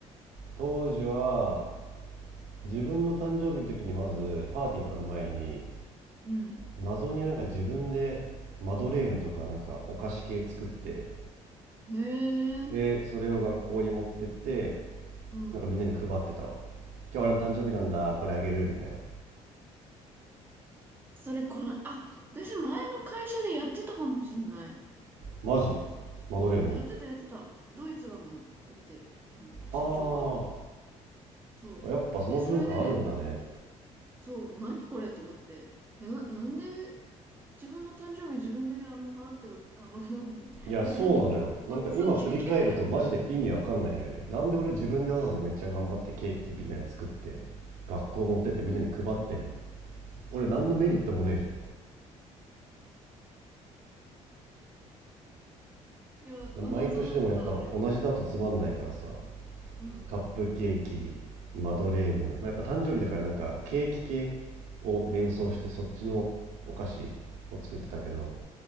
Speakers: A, on the right (about 75°); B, on the right (about 15°).
A: 当時は自分の誕生日の時にまずパーティーとかの前に、
B: うん。
A: 謎になんか自分でマドレーヌとかなんかお菓子系作って、
B: へ
A: で、
B: え。
A: それを学校に持ってって、
B: うん。
A: なんかみんなに配ってたわ。今日俺の誕生日なんだ、これあげるみたいな。
B: それ、この、あ、私前の会社でやってたかもしんない。
A: マジマドレーヌ
B: やってた、やってた。ドイツだもん。だって、あの、社長が。
A: あ
B: そう。
A: あ、やっぱその文化あるんだね。
B: で、それで、そう、何これと思って。え、な、なんで自分の誕生日自分であの払って、あの <laughs>
A: いや、
B: みんなにお渡さなきゃいけない。
A: そうなのよ。なんか今振り返るとマジで意味わかんないのよね。なんで俺自分でわざわざめっちゃ頑張ってケーキみんなに作って、学校持ってってみんなに配ってんねん。
B: <laughs> そう
A: 俺何のメリットもねえじゃ
B: いや、
A: ん。
B: 謎だった、
A: 毎年でもやっぱ同じだとつまんないからさ、
B: あれ。うん、
A: カップケーキ、マドレーヌ、
B: うん、
A: まあ、やっぱ誕生日だからなんかケーキ系
B: うん、
A: を連想してそっちのお菓子を作ってたけど、
B: うん、うん、うん、うん、